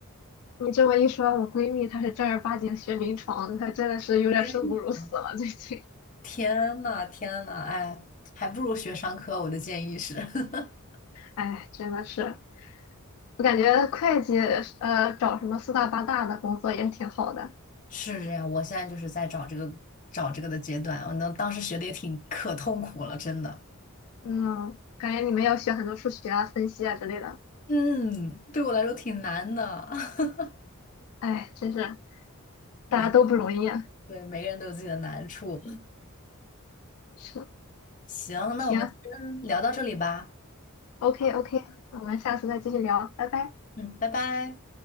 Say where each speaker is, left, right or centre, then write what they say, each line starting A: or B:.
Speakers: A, on the left; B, on the left.
A: 你这么一说，我闺蜜她是正儿八经学临床的，她真的是有点生不如死了，
B: <laughs>
A: 最近。
B: 天呐，天呐，哎，还不如学商科，我的建议是。<laughs>
A: 哎，真的是，我感觉会计呃找什么四大八大的工作也是挺好的。
B: 是这样，我现在就是在找这个找这个的阶段，我能当时学的也挺可痛苦了，真的。
A: 嗯，感觉你们要学很多数学啊、分析啊之类的。
B: 嗯，对我来说挺难的，<laughs>
A: 哎，真是
B: 每
A: 大家都不容易啊。
B: 对每个人都有自己的难处。
A: 是，
B: 行，那我们今天聊到这里吧。
A: 行，OK OK，我们下次再继续聊，拜拜。
B: 嗯，拜拜。